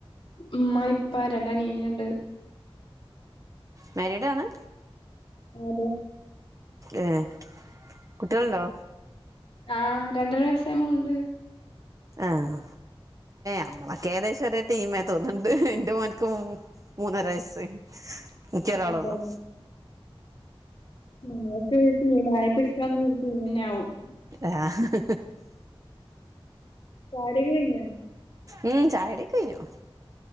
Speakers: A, on the left; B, on the right.
A: ഉമ്മ ഉപ്പ രണ്ടു അനിയൻമാരുണ്ട്
B: മാരീഡ് ആണ്
A: അതെ
B: എഹ് കുട്ടികളുണ്ടോ
A: ആഹ് രണ്ടരാ വയിസുല്ലമോളെയുണ്ട്
B: ആഹ് നമ്മളൊക്കെ ഏകദേശം ഒരേ ടീമം തോന്നുന്നുണ്ട് എന്റെ മോൻ മൂന്നര വായിസ് എനിക് ഒരാളെള്ളൂ
A: അതന്നെ നമുക്കൊരു തടീ ആയി പിടിക്കാവുന്ന ഒരു ടീം തന്നെ ആകവും
B: ആഹ്
A: <unintelligible>
B: ഉം ചായകുടിയൊക്കെ കഴിഞ്ഞു